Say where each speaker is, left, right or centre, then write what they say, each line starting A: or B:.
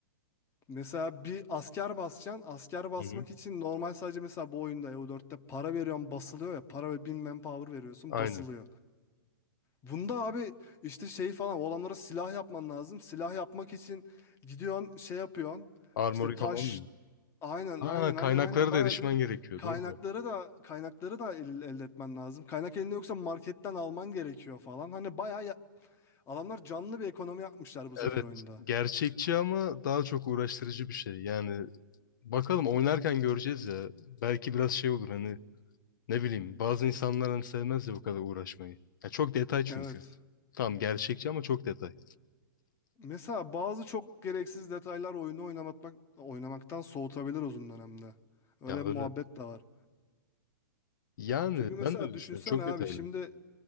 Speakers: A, on the left; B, on the left.
A: mesela bir asker basacaksın. Asker basmak
B: Hı hı.
A: için normal sadece mesela bu oyunda EU4'te para veriyorsun basılıyor ya. Para ve bin manpower veriyorsun
B: Aynen.
A: basılıyor. Bunda abi işte şey falan o adamlara silah yapman lazım. Silah yapmak için gidiyorsun şey yapıyorsun.
B: Armory
A: İşte taş
B: falan mı?
A: aynen
B: Aa,
A: aynen
B: kaynaklara
A: aynen aynen bayağı
B: da erişmen
A: bir
B: gerekiyor.
A: kaynakları
B: Doğru.
A: da kaynakları da el- elde etmen lazım. Kaynak elinde yoksa marketten alman gerekiyor falan. Hani bayağı ya- adamlar canlı bir ekonomi yapmışlar bu
B: Evet.
A: sefer oyunda.
B: Gerçekçi ama daha çok uğraştırıcı bir şey. Yani bakalım oynarken göreceğiz ya. Belki biraz şey olur hani Ne bileyim bazı insanlar hani sevmez ya bu kadar uğraşmayı. Ya çok detay çünkü.
A: Evet.
B: Tamam gerçekçi ama çok detay.
A: Mesela bazı çok gereksiz detaylar oyunu oynamak, oynamaktan soğutabilir uzun dönemde. Öyle
B: Ya
A: bir
B: öyle.
A: muhabbet de var.
B: Yani
A: Çünkü mesela
B: ben de öyle
A: düşünsene
B: düşünüyorum. Çok
A: abi
B: detaylı.
A: şimdi